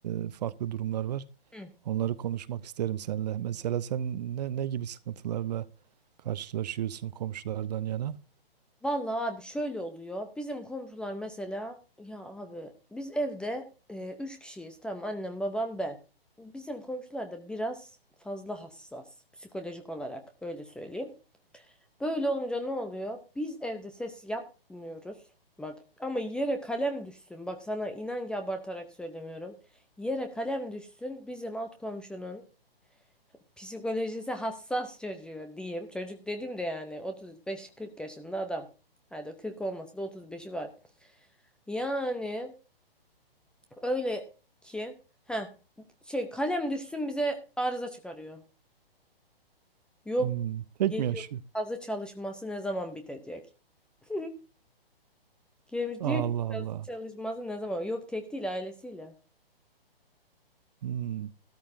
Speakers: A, on the right; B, in the centre.
A: e, farklı durumlar var.
B: Hı.
A: Onları konuşmak isterim seninle. Mesela sen ne, ne gibi sıkıntılarla karşılaşıyorsun komşulardan yana?
B: Vallahi abi şöyle oluyor. Bizim komşular mesela ya abi biz evde e, üç kişiyiz. Tamam annem babam ben. Bizim komşular da biraz fazla hassas psikolojik olarak öyle söyleyeyim. Böyle olunca ne oluyor? Biz evde ses yapmıyoruz. Bak ama yere kalem düşsün. Bak sana inan ki abartarak söylemiyorum. Yere kalem düşsün bizim alt komşunun psikolojisi hassas çocuğu diyeyim. Çocuk dedim de yani 35-40 yaşında adam. Hadi 40 olmasa da 35'i var. Yani öyle ki ha şey kalem düşsün bize arıza çıkarıyor. Yok
A: Hmm, tek
B: geliyor
A: mi yaşıyor?
B: kazı çalışması ne zaman bitecek? <laughs> Gelmiş
A: Allah
B: diyor ki
A: Allah.
B: nasıl çalışması ne zaman? Yok tek değil ailesiyle.
A: Hmm.